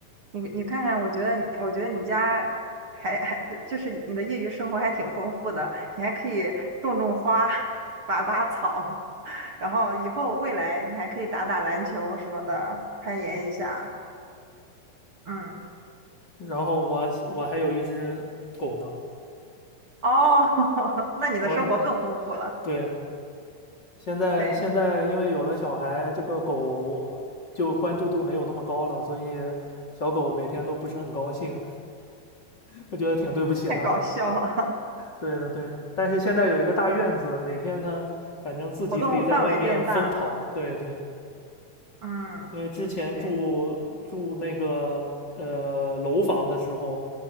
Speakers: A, on the right; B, on the left.
A: 你你看看，我觉得你我觉得你家还还就是你的业余生活还挺丰富的，你还可以种种花、拔拔草，然后以后未来你还可以打打篮球什么的，攀岩一下。嗯，
B: 然后我我还有一只狗呢，
A: 哦，<laughs> 那你的生活更丰富了。
B: 我对，现在现在因为有了小孩，
A: 对，
B: 这个狗就关注度没有那么高了，所以小狗每天都不是很高兴。我觉得挺对不起他的。
A: 太搞笑了，
B: 对的，对的。但是现在有一个大院子，每天他反正自己可以在外面疯跑。
A: <laughs> 活动范围变大了。
B: 对对，
A: 嗯，
B: 因为之前住住那个呃楼房的时候，
A: 对